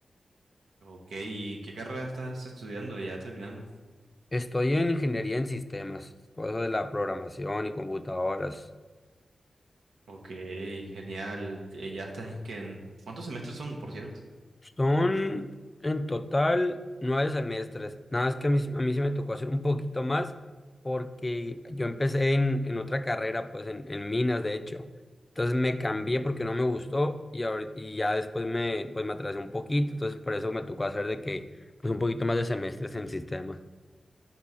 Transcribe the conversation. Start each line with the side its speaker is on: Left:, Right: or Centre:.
Right: Ok, ¿y qué carrera estás estudiando? Ya terminando.
Left: Estoy en ingeniería en sistemas, todo eso de la programación y computadoras.
Right: Ok, genial. Eh, ¿Ya estás en qué? en- ¿Cuántos semestres son, por cierto?
Left: Son en total nueve semestres. Nada más que a mí, sí- a mí sí me tocó hacer un poquito más porque yo empecé en, en otra carrera, pues en, en minas, de hecho. Entonces me cambié porque no me gustó y, ahori- y ya después me, pues me atrasé un poquito. Entonces por eso me tocó hacer de que, pues un poquito más de semestres en sistemas.